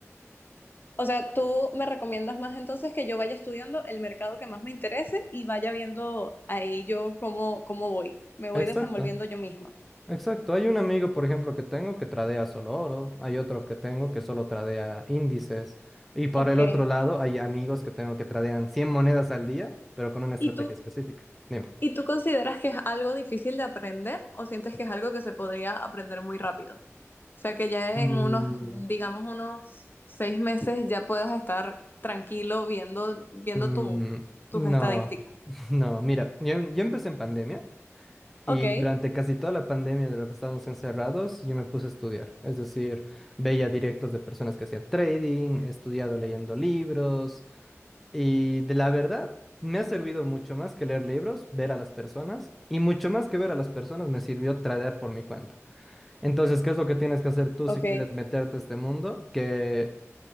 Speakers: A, on the left; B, in the centre.
A: O sea, tú me recomiendas más entonces que yo vaya estudiando el mercado que más me interese y vaya viendo ahí yo cómo, cómo voy. Me voy
B: Exacto.
A: desenvolviendo yo misma.
B: Exacto, hay un amigo, por ejemplo, que tengo que tradea solo oro, hay otro que tengo que solo tradea índices, y por
A: Ok.
B: el otro lado hay amigos que tengo que tradean 100 monedas al día, pero con una estrategia
A: ¿Y tú?
B: específica. Dime.
A: ¿Y tú consideras que es algo difícil de aprender o sientes que es algo que se podría aprender muy rápido? O sea, que ya
B: Mm,
A: en unos, digamos, unos seis meses ya puedas estar tranquilo viendo, viendo
B: Mm,
A: tu- tus
B: no,
A: estadísticas.
B: <laughs> no, mira, yo, yo empecé en pandemia y
A: Ok,
B: durante casi toda la pandemia de lo que estábamos encerrados, yo me puse a estudiar. Es decir, veía directos de personas que hacían trading, he estudiado leyendo libros, Y de la verdad, me ha servido mucho más que leer libros, ver a las personas, y mucho más que ver a las personas me sirvió tradear por mi cuenta. Entonces, ¿qué es lo que tienes que hacer tú
A: ok,
B: si quieres meterte a este mundo? Que,